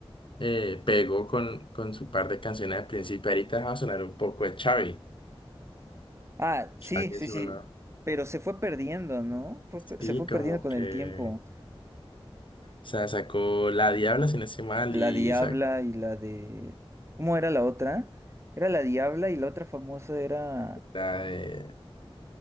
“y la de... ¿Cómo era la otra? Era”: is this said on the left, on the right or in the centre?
Right